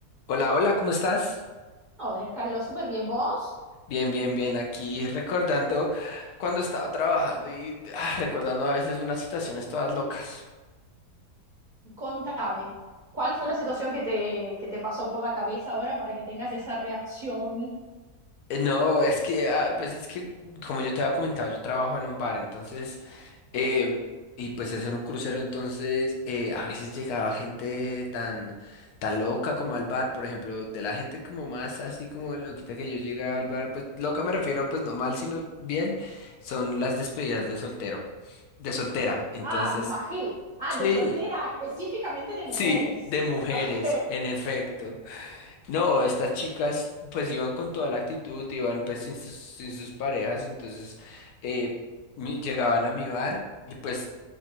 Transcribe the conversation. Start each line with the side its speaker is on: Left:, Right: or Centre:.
Left: Hola, hola, ¿cómo estás?
Right: Hola, Carlos, súper bien. ¿Vos?
Left: Bien, bien, bien. Aquí recordando cuando estaba trabajando y ah, recordando a veces unas situaciones todas locas.
Right: Contame, ¿cuál fue la situación que te, que te pasó por la cabeza ahora para que tengas esa reacción?
Left: Eh, No, es que, ah, pues es que, como yo te había comentado, yo trabajo en un bar, entonces, em, y pues es en un crucero, entonces eh, a veces llegaba gente tan, tan loca como al bar, por ejemplo, de la gente como más así como loquita que yo llegaba al bar, pues loca me refiero, pues no mal, sino bien, son las despedidas de soltero de soltera. Entonces
Right: Ah, me imagino. Ah,
Left: Sí,
Right: de soltera, específicamente de mujeres.
Left: sí, de
Right: <laughs>
Left: mujeres,
Right: Ok.
Left: en efecto. No, estas chicas pues iban con toda la actitud, iban pues sin sus, sin sus parejas, entonces eh, mi- llegaban a mi bar y pues